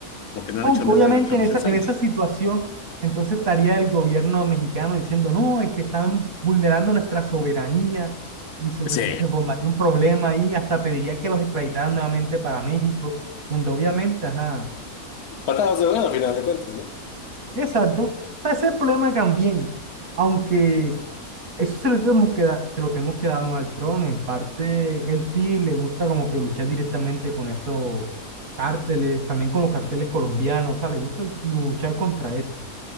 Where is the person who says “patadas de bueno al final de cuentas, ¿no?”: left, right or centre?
Left